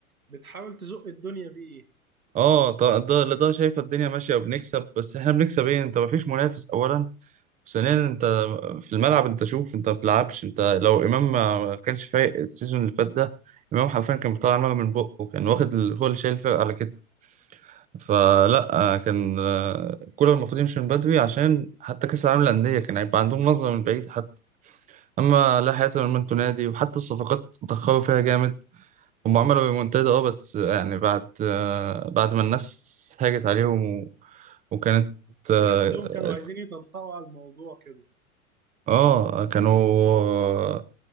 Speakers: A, on the right (about 80°); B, on the right (about 20°).
A: بتحاول تزق الدنيا بيه
B: اه طبعا الإدارة الإدارة شايفة الدنيا ماشية وبنكسب بس احنا بنكسب ايه انت مفيش منافس أولا ثانيا انت في الملعب انت شوف انت ما بتلعبش انت لو إمام ما كانش فايق السيزون اللي فات ده إمام حرفيا كان بيطلع نار من بقه كان واخد ال- هو اللي شايل الفرقة على كده فلا آه، كان آه، كولر المفروض يمشي من بدري عشان حتى كأس العالم للأندية كان هيبقى عندهم نظرة من بعيد حتى أما لا حياة لمن انتوا نادي وحتى الصفقات اتأخروا فيها جامد هم عملوا ريمونتادا اه بس آه، يعني بعد آه، بعد ما الناس هاجت عليهم و- وكانت اه
A: تحسهم كانوا عايزين يتلصقوا على الموضوع كده
B: آه، كانوا آه،